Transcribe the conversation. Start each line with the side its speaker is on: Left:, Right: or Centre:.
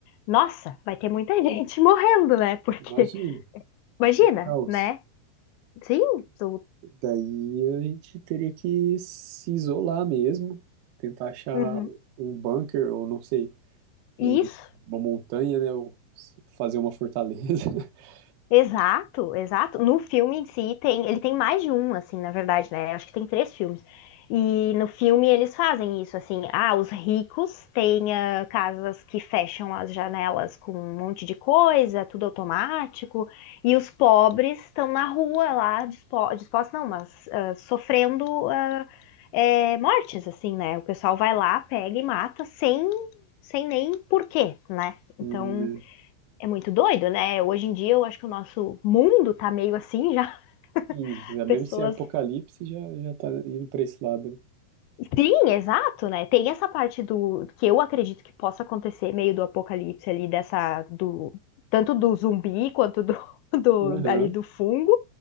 Left: nossa, vai ter muita gente <laughs> morrendo, né? Porque,
Right: imagina,
Left: imagina,
Right: o caos.
Left: né? Sim, tu.
Right: Daí a gente teria que se isolar mesmo, tentar achar
Left: Uhum.
Right: um bunker, ou não sei,
Left: Isso,
Right: um- uma montanha, né? Ou s- fazer uma fortaleza. <laughs>
Left: Exato, exato. No filme em si tem, ele tem mais de um, assim, na verdade, né? Acho que tem três filmes. E no filme eles fazem isso, assim, ah, os ricos têm ah, casas que fecham as janelas com um monte de coisa, tudo automático, e os pobres estão na rua lá, dispo- dispostos, não, mas ah, sofrendo ah, é, mortes, assim, né? O pessoal vai lá, pega e mata sem, sem nem porquê, né? Então.
Right: E, né,
Left: É muito doido, né? Hoje em dia eu acho que o nosso mundo tá meio assim já. <laughs>
Right: Sim, já mesmo
Left: Pessoas.
Right: sem apocalipse já já tá indo para esse lado. né?
Left: Sim, exato, né? Tem essa parte do que eu acredito que possa acontecer, meio do apocalipse ali, dessa. do Tanto do zumbi quanto do, <laughs> do
Right: Aham.
Left: ali do fungo.